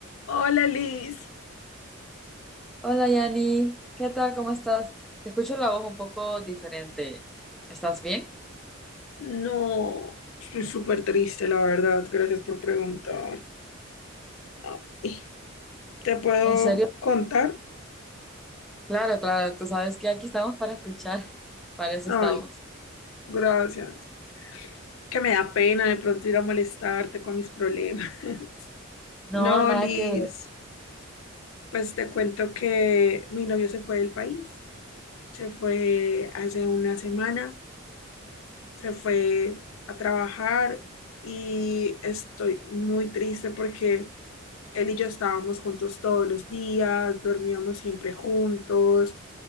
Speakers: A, on the left; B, in the centre.
A: Hola Liz,
B: Hola Yani, ¿qué tal? ¿Cómo estás? Te escucho la voz un poco diferente. ¿Estás bien?
A: no, estoy súper triste, la verdad, gracias por preguntar. Ay, ¿te puedo
B: ¿En serio?
A: contar?
B: Claro, claro, tú sabes que aquí estamos para escuchar, <laughs> para eso
A: Ay,
B: estamos.
A: gracias. Que me da pena de pronto ir a molestarte con mis problemas. <laughs>
B: No,
A: No,
B: nada
A: Liz,
B: que ver.
A: pues te cuento que mi novio se fue del país, se fue hace una semana, se fue a trabajar y estoy muy triste porque... Él y yo estábamos juntos todos los días, dormíamos siempre juntos,